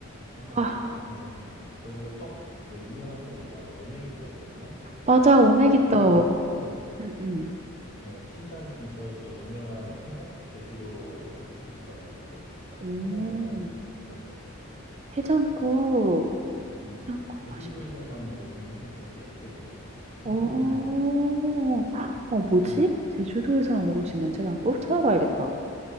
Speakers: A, on the left; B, on the right.
A: 까먹었다.
B: 어.
A: 갑자기 생각이 안 나네. 거기 가서 떡, 그 유명한 떡 있잖아. 오메기 떡이었나?
B: 맞아. 오메기떡.
A: 떡도 사 먹고,
B: 음음.
A: 어, 시장 근처에 또 유명한 해장, 제주도 해장국도 있어가지고,
B: 오.
A: 해장국까지 먹봤었어.
B: 해장국.
A: 음,
B: 해장국
A: 제주도에서만
B: 맛있겠다.
A: 먹을 수 있는 해장국이었대. 괜찮더라고?
B: 어. 헉, 어 뭐지?
A: 음,
B: 제주도에서만 먹을 수 있는 해장국? 찾아봐야겠다.